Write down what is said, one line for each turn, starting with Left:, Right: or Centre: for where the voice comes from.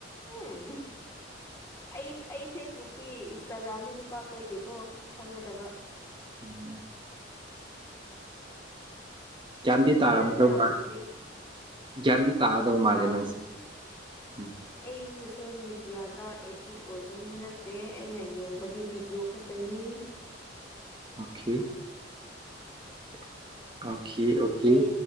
Left: ꯎꯝ ꯑꯩ ꯑꯩ ꯐꯦꯁꯕꯨꯛꯇꯒꯤ ꯏꯟꯁꯇꯒ꯭ꯔꯥꯝ ꯑꯗꯤ ꯅꯨꯄꯥ ꯀꯣꯏꯗꯦꯀꯣ ꯈꯪꯒꯗꯕ
Right: ꯎꯝ
Left: ꯁꯣꯁꯦꯜ
Right: ꯒ꯭ꯌꯥꯟꯗꯤ
Left: ꯃ
Right: ꯇꯥꯔꯝꯗꯧ
Left: ꯃꯤꯗꯤꯌꯥꯗ ꯌꯥꯝꯗꯤ
Right: ꯃꯥꯜ ꯒ꯭ꯌꯥꯟꯗꯤ ꯇꯥꯗꯧ ꯃꯥꯜꯂꯦ
Left: ꯌꯥꯝ
Right: ꯅꯪꯁꯦ ꯎꯝ
Left: ꯑꯩ ꯁꯣꯁꯦꯜ ꯃꯦꯗꯤꯌꯥꯗ ꯑꯦꯗꯤꯛ ꯑꯣꯏꯕ ꯃꯤ ꯅꯠꯇꯦ ꯑꯩꯅ ꯌꯦꯡꯕꯗꯤ ꯚꯤꯗꯤꯑꯣ ꯈꯛꯇꯅꯤ
Right: <inaudible> ꯑꯣꯀꯦ
Left: ꯑꯩ